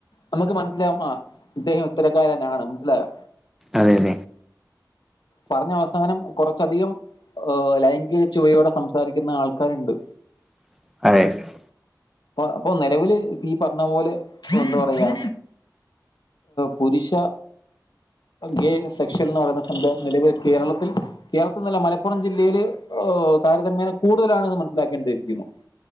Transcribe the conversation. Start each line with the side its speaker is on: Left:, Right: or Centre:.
Left: നമുക്ക് മനസ്സിലാവും ആ അദ്ദേഹം ഇത്തരക്കാരനാണ് മനസ്സിലായോ
Centre: അതെ അതെ
Left: പറഞ്ഞ അവസാനം കുറച്ചധികം ഹ ലൈംഗിക ചുവയോടെ സംസാരിക്കുന്ന ആൾക്കാരുണ്ട്.
Centre: <unintelligible>
Left: അപ്പ നിലവില് ഈ പറഞ്ഞ പോലെ എന്താ പറയാ... പുരുഷ ഗെ സെക്ഷൽന്ന് പറയുന്ന സംഭവം നിലവിൽ കേരളത്തിൽ കേരളത്തിൽന്നല്ല മലപ്പുറം ജില്ലയില്, ഓ.. താരതമ്യേന കൂടുതലാണെന്ന് മനസ്സിലാക്കേണ്ടിയിരിക്കുന്നു